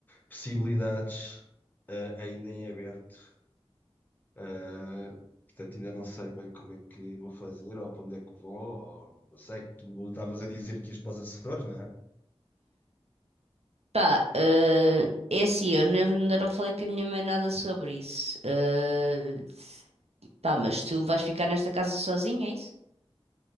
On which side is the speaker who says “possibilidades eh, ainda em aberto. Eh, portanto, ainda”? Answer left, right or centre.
Left